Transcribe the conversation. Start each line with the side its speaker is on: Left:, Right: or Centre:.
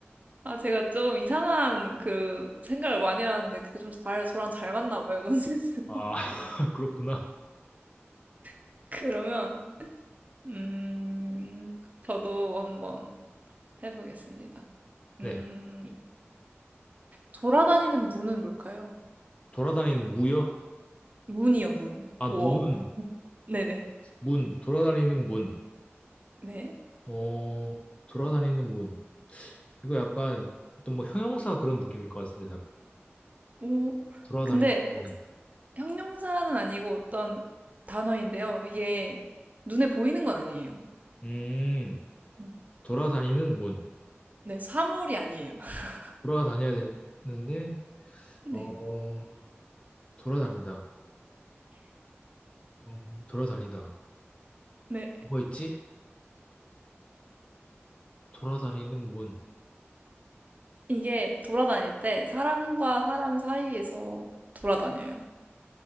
Right: 아, 제가 좀 이상한 그 생각을 많이 하는데 그게 좀 잘, 저랑 잘 맞나 봐요, 논센스가.
Left: 아 <laughs> 그렇구나.
Right: <laughs> 그러면, 음, 저도 한번 해보겠습니다. 음,
Left: 네
Right: 돌아다니는 문은 뭘까요?
Left: 돌아다니는 무요?
Right: 문이요, 문.
Left: 아무
Right: 도어.
Left: 무는
Right: 네네.
Left: 문, 돌아다니는 문.
Right: 네.
Left: 어, 돌아다니는 문. 이거 약간 어떤 뭐 형용사 그런 느낌일 것 같은데, 답이.
Right: 오
Left: 돌아다니는
Right: 근데
Left: 문.
Right: 확 형용사는 아니고 어떤 단어인데요. 이게 눈에 보이는 건 아니에요.
Left: 음,
Right: 네.
Left: 돌아다니는 문.
Right: 네. 사물이 아니에요. <laughs>
Left: 돌아다녀야 되는데,
Right: 네.
Left: 어, 돌아다니다. 어, 돌아다니다.
Right: 네.
Left: 뭐 있지? 돌아다니는 문.
Right: 이게 돌아다닐 때 사람과 사람 사이에서 돌아다녀요.